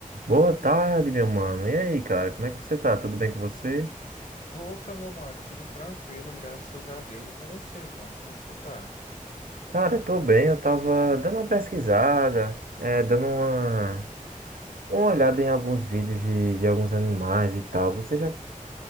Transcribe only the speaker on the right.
Boa tarde, meu mano. E aí, cara, como é que você tá? Tudo bem com você?
Cara, eu tô bem. Eu tava dando uma pesquisada, é, dando uma, uma olhada em alguns vídeos de, de alguns animais e tal. Você já,